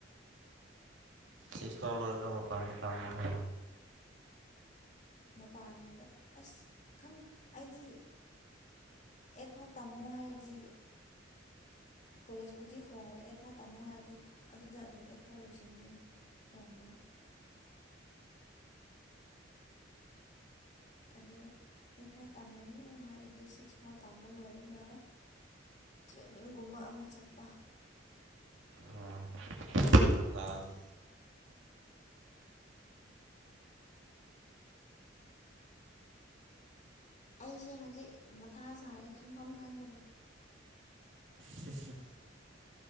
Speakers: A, on the right (about 75°); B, on the left (about 40°).
A: ꯁꯤꯛꯁ ꯐꯥꯎ ꯂꯣꯏꯔꯒ ꯃꯄꯥꯟꯗ ꯇꯝꯃꯣꯅ
B: ꯃꯄꯥꯟꯗ ꯑꯁ ꯈꯪꯗꯦ ꯑꯩꯗꯤ ꯑꯦꯠꯐꯥꯎ ꯇꯥꯝꯃꯣ ꯍꯥꯏꯔꯗꯤ ꯀꯣꯂꯦꯖꯕꯨꯗꯤ ꯍꯣꯡꯑꯣꯏ ꯑꯦꯠꯐꯥꯎ ꯇꯝꯃꯣ ꯍꯥꯏꯔꯗꯤ ꯑꯗꯨꯗ ꯑꯗꯨꯝ ꯑꯦꯠꯐꯥꯎ ꯂꯣꯏꯁꯤꯟꯗꯣꯏꯅꯦ ꯍꯣꯡꯂꯣꯏ ꯑꯗꯨꯒ ꯑꯦꯠ ꯐꯥꯎ ꯇꯝꯂꯅꯨ ꯍꯥꯏꯔꯗꯤ ꯁꯤꯛꯁ ꯐꯥꯎ ꯇꯝꯕ ꯂꯣꯏꯔꯒ ꯇ꯭ꯔꯦꯅꯤꯡꯒꯨꯝꯕ ꯑꯃ ꯆꯠꯄ
A: ꯑꯣ ꯑꯗꯨꯅ ꯐꯕꯅꯤ
B: ꯑꯩꯁꯦ ꯍꯧꯖꯤꯛ ꯃꯊꯥ ꯁꯥꯔꯦ ꯈꯟꯐꯝ ꯈꯪꯗ꯭ꯔꯦ
A: ꯍꯝ ꯍꯨꯝ